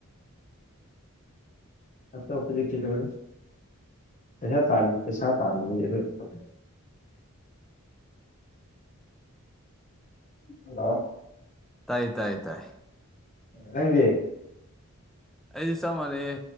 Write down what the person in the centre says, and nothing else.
ꯇꯥꯏ ꯇꯥꯏ ꯇꯥꯏ
ꯑꯩꯁꯨ ꯆꯞ ꯃꯥꯟꯅꯩꯌꯦ